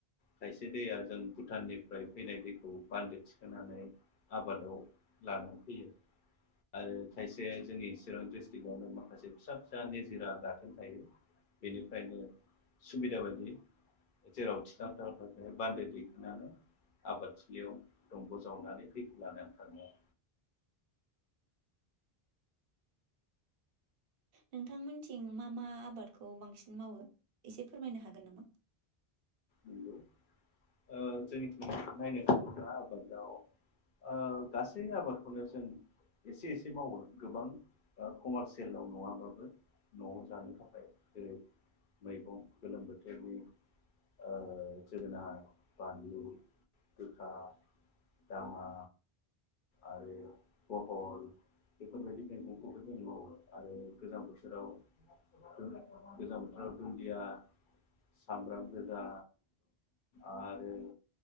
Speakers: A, on the left (about 60°); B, on the right (about 70°).
A: खायसे दैया जों भुटाननिफ्राय फैनाय दैखौ बान्दो थिखोनानै आबादाव लानानै फैयो आरो खायसे जे जोंनि चिरां डिस्ट्रिक्टआवनो माखासे फिसा फिसा निजिरा गाथोन थायो बेनिफ्रायनो सुबिदा बायदि जेराव थिथां थाव थाखाय बान्दो दैखोनानै आबादथिलियाव दंग जावनानै दैखौ लानानै थाङो।
B: नोंथांमोनथिं मा मा आबादखौ बांसिन मावो एसे फोरमायनो हागोन नामा?
A: नंगौ ओ जोंनिथिं नायनो थाङोब्ला आबादाव ओ गासै आबादखौनो जों एसे एसे मावो गोबां कमारसियेलाव नङाबाबो नआव जानो थाखाय जेरै मैगं गोलोम बोथोरनि ओ जोगोनार, बानलु, गोखा, दाङा आरो बहल बेफोरबायदि मैगंखौबो जों मावो आरो गोजां बोथोराव दुन गोजां बोथोराव दुन्दिया सामब्राम गोजा आरो